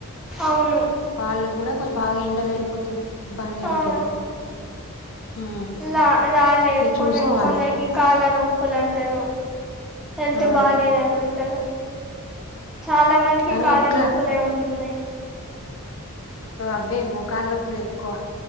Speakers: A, in the centre; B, on the left.
A: అవును
B: వాళ్ళు గూడా కొంచెం బాగా ఎండలై కొంచెం ఇబ్బందిగానే
A: ఆ
B: ఉంటది. ఉమ్
A: లా రాలేదు
B: ఇగ
A: కొన్ని
B: చూసుకోవాలి
A: కొందరికి కాళ్ళ నొప్పులు అంటారు. హెల్త్
B: ఆ
A: బాలేదని అంటరు. చాలా మందికి
B: కానీ
A: కాళ్ళనొప్పులే
B: ఎట్లా
A: ఉంటున్నయ్
B: అవ్వే మోకాళ్ళ నొప్పులే ఎక్కువ